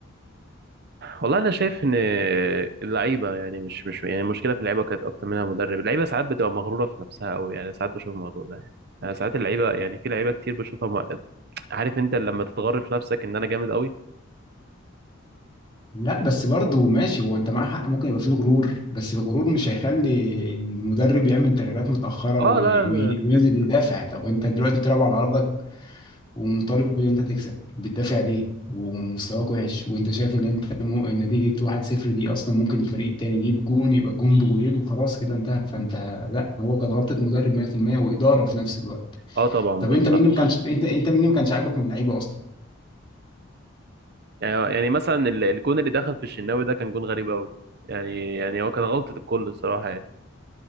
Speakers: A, on the right; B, on the left.
A: والله انا شايف ان اللعيبه يعني مش مش يعني المشكله في اللعيبه كانت اكتر منها المدرب اللعيبه ساعات بتبقى مغروره في نفسها قوي يعني ساعات بشوف الموضوع ده يعني يعني ساعات اللعيبه يعني في لعيبه كتير بشوفها م- عارف انت لما تتغر في نفسك ان انا جامد قوي
B: لا بس برضه ماشي هو انت معاك حق ممكن يبقى فيه غرور بس الغرور مش هيخلي المدرب يعمل تغييرات متاخره
A: اه
B: وي-
A: لا
B: وي-
A: لا،
B: وينزل
A: بجد.
B: يدافع طب انت دلوقتي بتلعب على ارضك ومطالب ان انت تكسب بتدافع ليه ومستواك وحش وانت شايف ان انت م- نتيجة 1-0 دي اصلا ممكن الفريق التاني يجيب جون يبقى الجون بجولين وخلاص كده انتهى فانت لا هو كانت غلطة مدرب 100% وإدارة في نفس الوقت
A: اه طبعا برضه
B: طب انت
A: صح
B: مين اللي ما كانش انت انت مين اللي ما كانش عاجبك من اللعيبة اصلا
A: يعني يعني مثلا ال- الجون اللي دخل في الشناوي ده كان جون غريب قوي يعني يعني هو كان غلطة الكل الصراحة يعني